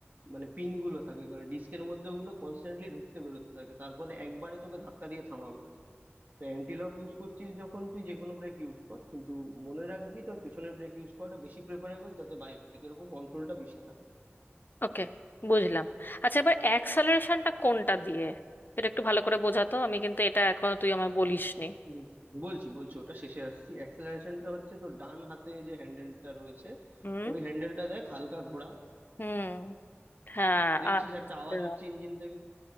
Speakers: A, on the right (about 40°); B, on the left (about 45°).
A: মানে পিন গুলো থাকে কারণ ডিস্কের মধ্যে ওগুলো কনস্ট্যান্টলি ঢুকতে বেরোতে থাকে তার ফলে একবারে তোকে ধাক্কা দিয়ে থামাবে না তো অ্যান্টিলক ইউজ করছিস যখন তুই যে কোনো ব্রেক ইউজ কর কিন্তু মনে রাখবি তোর পেছনের ব্রেক ইউজ করাটা বেশি প্রেফারেবল তাতে বাইকের উপর কন্ট্রোলটা বেশি থাকে
B: ওকে বুঝলাম আচ্ছা এবার অ্যাক্সেলারেশনটা কোনটা দিয়ে এটা একটু ভালো করে বোঝাতো আমি কিন্তু এটা এখনো তুই আমায় বলিসনি
A: হুম, বলছি বলছি ওটা শেষে আসছি অ্যাক্সেলারেশনটা হচ্ছে তোর ডান হাতে যে হ্যান্ডেলটা রয়েছে
B: হুম
A: ওই হ্যান্ডেলটা দেখ হালকা ঘোরা
B: হুম হ্যাঁ
A: দেখছিস
B: আচ্ছা
A: একটা আওয়াজ হচ্ছে ইঞ্জিন থেকে